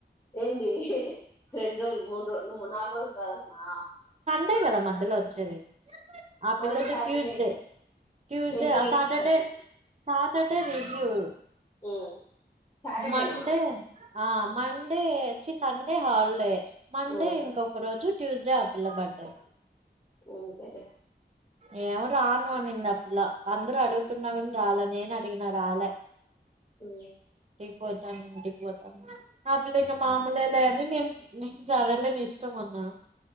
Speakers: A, on the left (about 20°); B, on the right (about 35°).
A: ఏందీ ఇహిహి రెండ్రోజుల్ మూడ్రోజుల్ మూన్నారోజులు రాదంట్నా
B: అంతే కదా మధ్యలో వచ్చేది ఆ పిల్లది
A: అవును సాటర్డే
B: ట్యూస్డే ట్యూస్డే
A: ట్వంటీ
B: ఆ
A: ఎయిట్
B: సాటర్డే
A: థర్టీ
B: సాటర్డే రిజ్యూడ్
A: ఉమ్ సాటర్డేనా
B: మండే ఆ మండే ఛీ సండే హాలిడే మండే
A: ఉమ్
B: ఇంకొక రోజు ట్యూస్డే ఆపిల్ల బర్డే
A: ఊంతే లే
B: ఏమో రాను అనింది ఆపిల్ల అందరూ అడుగుతున్నా గూని రాలే నేను అడిగినా రాలే
A: ఊ
B: ఇంటికి పోతాను ఇంటికి పోతాను ఆపిల్ల ఇంక మామూలేలే అని నేన్ నేన్ సరేలే నీ ఇష్టం అన్ న్న